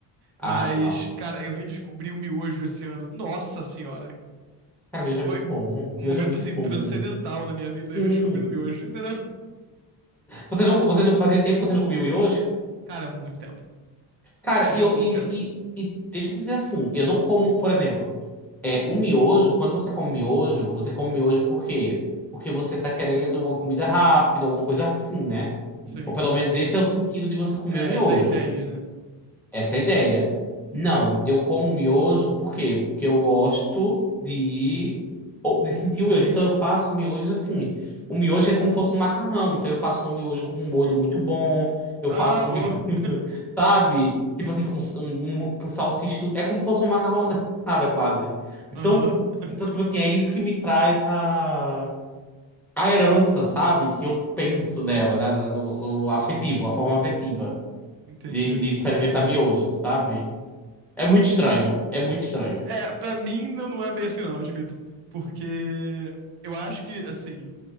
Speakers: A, in the centre; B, on the right.
A: Ah,
B: Mas,
A: nossa.
B: cara, eu redescobri o miojo esse ano. Nossa senhora,
A: Cara, miojo
B: foi
A: é muito bom.
B: um
A: Miojo
B: momento
A: é muito
B: assim
A: bom.
B: transcendental na minha vida,
A: Sim.
B: eu redescobri no miojo, entendeu?
A: Você não, você não fazia tempo que você não comia miojo?
B: Cara, muito tempo.
A: Cara,
B: Tinha
A: e, eu-
B: muito
A: e,
B: tempo.
A: e, e deixa eu dizer assim, eu não como, por exemplo, é, o miojo, quando você come miojo, você come miojo por quê? Porque você tá querendo uma comida rápida, alguma coisa assim, né?
B: Sim.
A: Ou pelo menos esse é o sentido de você comer
B: É,
A: o miojo.
B: essa é a ideia, né?
A: Essa é a ideia. Não, eu como miojo, por quê? Porque eu gosto de, ou- de sentir o miojo. Então eu faço miojo assim. O miojo é como se fosse um macarrão. Então eu faço um miojo com um molho muito bom. Eu
B: Ah,
A: faço um
B: boa.
A: miojo, <laughs> sabe? Tipo assim, com, s- um, um- com salsicha e tudo. É como se fosse uma macarronada <laughs> quase. Então,
B: Aham. <laughs>
A: então, tipo assim, é isso que me traz a, a herança, sabe? Que eu penso nela, né? No, no afetivo, a forma afetiva
B: Entendi.
A: de, de experimentar miojo, sabe? É muito estranho. É muito estranho.
B: É, pra mim não, não é bem assim, não, admito. Porque eu acho que, assim,